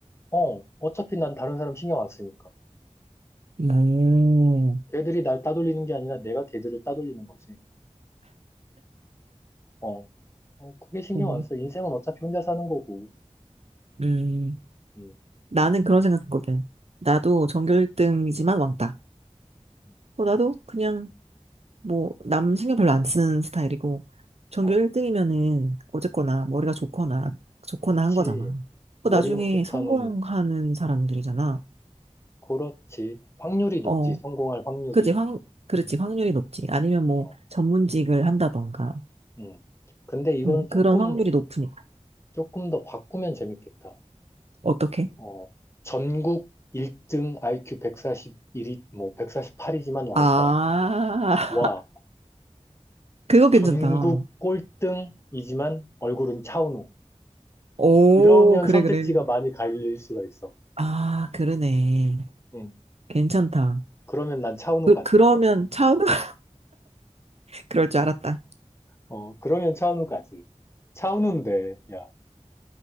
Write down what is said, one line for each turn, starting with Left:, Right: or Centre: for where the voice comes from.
Left: 어, 어차피 난 다른 사람 신경 안 쓰니까.
Right: 오,
Left: 걔들이 날 따돌리는 게 아니라 내가 걔들을 따돌리는 거지. 어, 어, 그게 신경
Right: 그러네.
Left: 안 써. 인생은 어차피 혼자 사는 거고.
Right: 음,
Left: 음,
Right: 나는 그런 생각했거든. 나도 전교 1등이지만 왕따.
Left: 음,
Right: 어, 나도 그냥 뭐, 남 신경 별로 안 쓰는 스타일이고, 전교
Left: 어,
Right: 1등이면은 어쨌거나 머리가 좋거나, 좋거나
Left: 그치.
Right: 한 거잖아.
Left: 머리가
Right: 그 나중에
Left: 좋다는,
Right: 성공하는 사람들이잖아.
Left: 그렇지. 확률이 높지.
Right: 어,
Left: 성공할 확률이.
Right: 그지, 확, 그렇지, 확률이 높지. 아니면 뭐,
Left: 어,
Right: 전문직을 한다던가.
Left: 음. 근데 이거는
Right: 응,
Left: 조금,
Right: 그런 확률이 높으니까.
Left: 조금 더 바꾸면 재밌겠다.
Right: 어떻게?
Left: 어, 전국 1등 IQ 141이, 뭐, 148이지만 왕따.
Right: 아,
Left: 와,
Right: <laughs> 그거 괜찮다.
Left: 전국 꼴등이지만 얼굴은 차은우.
Right: 오,
Left: 이러면
Right: 그래,
Left: 선택지가
Right: 그래.
Left: 많이 갈릴 수가 있어.
Right: 아, 그러네.
Left: 응.
Right: 괜찮다.
Left: 그러면 난 차은우
Right: 그,
Left: 가지.
Right: 그러면 차우, 은 <laughs> 그럴 줄 알았다.
Left: 어, 그러면 차은우 가지. 차은우인데, 야,